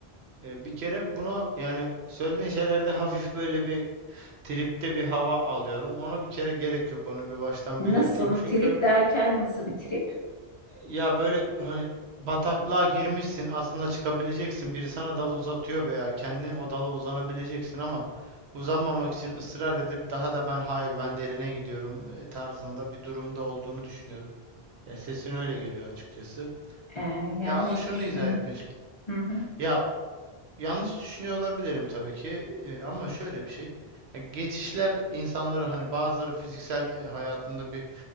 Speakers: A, on the right; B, on the left.
A: E, bir kere buna yani söylediğin şeylerde hafif böyle bir tripte bir hava alıyorum. Ona bir kere gerek yok onu bir baştan
B: Nasıl?
A: belirteyim. Çünkü
B: Trip derken nasıl bir trip?
A: Ya böyle hani bataklığa girmişsin aslında çıkabileceksin biri sana dal uzatıyor veya kendin o dala uzanabileceksin ama uzanmamak için ısrar edip daha da ben hayır ben derine gidiyorum e, tarzında bir durumda olduğunu düşünüyorum. Ya sesin öyle geliyor açıkçası.
B: Ee, yanlış
A: E ama şunu
B: düşün.
A: izah etmeye ç-
B: Hı hı.
A: Ya yanlış düşünüyor olabilirim tabii ki e, ama şöyle bir şey. Ya geçişler insanları hani bazıları fiziksel e, hayatında bir